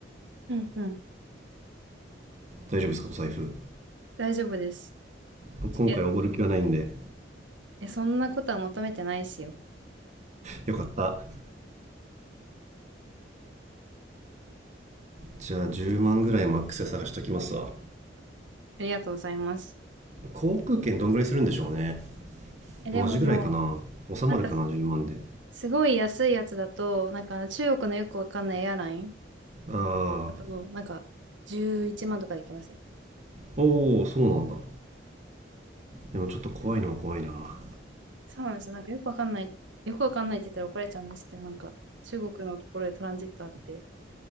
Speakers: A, on the right (about 90°); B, on the right (about 40°).
A: うんうん。
B: 大丈夫ですかお財布
A: 大丈夫です。
B: 僕今回おごる気はないんで
A: ちょっと、いやそんなことは求めてないですよ。
B: よかったじゃあ10万ぐらいマックスで探しときますわ
A: ありがとうございます。
B: 航空券どんぐらいするんでしょうね
A: え、でもも
B: 同じぐらいかな収まるかな10万で
A: う、なんか、すごい安いやつだと、なんかあの中国のよくわかんないエアライン
B: ああ
A: だと、なんか、11万とかできますよ。
B: おおそうなんだでもちょっと怖いのは怖いなは
A: そうなんですよ。なんかよくわかんない、よくわかんないって言ったら怒られちゃうんですけど、なんか中国のところでトランジットあって、